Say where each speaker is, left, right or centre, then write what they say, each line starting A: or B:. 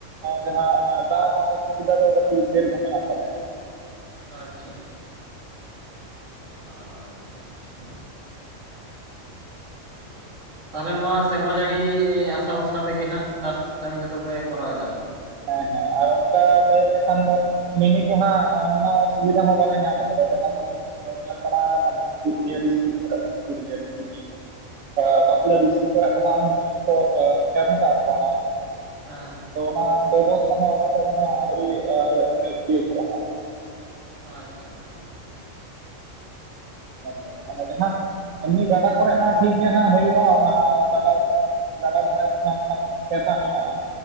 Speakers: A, on the right; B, on the right.
A: ᱡᱟᱦᱟᱸ ᱚᱱᱟ ᱫᱟᱜ ᱨᱮᱱᱟᱜ ᱚᱥᱩᱵᱤᱫᱷᱟ ᱫᱚ ᱠᱟᱹᱴᱤᱡ, ᱰᱷᱮᱨ ᱜᱮ ᱢᱮᱱᱟᱜ ᱛᱟᱞᱮᱭᱟ᱾
B: ᱟᱪᱪᱷᱟ ᱾ ᱟᱪᱪᱷᱟ ᱟᱪᱪᱷᱟ ᱾ ᱛᱟᱦᱚᱞᱮ ᱱᱚᱣᱟ ᱥᱮᱨᱢᱟ ᱡᱟᱹᱲᱤ, ᱟᱥᱟ ᱵᱷᱚᱨᱥᱟ ᱛᱮᱜᱮ ᱦᱟᱸᱜ ᱪᱟᱥ ᱠᱟᱹᱢᱤ ᱠᱚᱫᱚ ᱯᱮ ᱠᱚᱨᱟᱣ ᱮᱫᱟ?
A: ᱦᱮᱸ ᱦᱮᱸ ᱟᱨ ᱚᱱᱠᱟ, ᱞᱟᱹᱭ ᱞᱮᱠᱷᱟᱱ ᱫᱚ ᱢᱤᱱᱤ ᱠᱚᱦᱟᱸᱜ ᱚᱱᱟ ᱥᱩᱵᱤᱫᱷᱟ ᱦᱚᱸ ᱵᱟᱞᱮ ᱧᱟᱢ ᱟᱠᱟᱫᱟ᱾ ᱡᱟᱦᱟᱸ ᱫᱚ ᱧᱮᱞ ᱵᱟᱲᱟ ᱟᱠᱟᱫᱟᱞᱤᱧ, ᱯᱩᱨᱩᱞᱤᱭᱟᱹ ᱰᱤᱥᱴᱤᱠ ᱠᱚᱨᱮ ᱯᱩᱨᱩᱞᱤᱭᱟᱹ ᱰᱤᱥᱴᱤᱠ ᱞᱤᱧ ᱞᱟᱹᱭ ᱵᱟᱸᱠᱩᱲᱟ ᱰᱤᱥᱴᱤᱠ ᱠᱚᱨᱮᱱᱟᱜ ᱫᱚ ᱦᱟᱸᱜ ᱢᱤᱱᱤ ᱠᱚᱠᱚ ᱮᱢ ᱟᱠᱟᱫ ᱠᱚᱣᱟ ᱦᱟᱸᱜ᱾
B: ᱦᱮᱸ᱾
A: ᱛᱚ ᱚᱱᱟ ᱵᱮᱵᱚᱥᱛᱛᱟ ᱦᱚᱸ ᱟᱞᱮ ᱥᱮᱫ ᱫᱚ ᱦᱟᱸᱜ ᱟᱹᱣᱨᱤ ᱦᱮᱡ ᱛᱤᱭᱳᱚᱜᱼᱟ ᱦᱟᱸᱜ᱾
B: ᱟᱪᱪᱷᱟ, ᱟᱪᱪᱷᱟ, ᱟᱪᱷᱟ
A: ᱦᱮᱸ ᱢᱟᱱᱮ ᱡᱟᱦᱟᱸ ᱮᱢᱱᱤ ᱜᱟᱰᱟ ᱠᱚᱨᱮ ᱢᱟ ᱴᱷᱤᱠ ᱜᱮ ᱦᱩᱭᱩᱜᱼᱟ᱾ ᱚᱱᱟ ᱜᱟᱰᱟ ᱜᱟᱰᱟ ᱫᱷᱟᱨᱮ ᱠᱚᱨᱮᱱᱟᱜ ᱡᱟᱦᱟᱸ ᱠᱷᱮᱛ ᱦᱟᱸᱜ ᱢᱮᱱᱟᱜᱼᱟ᱾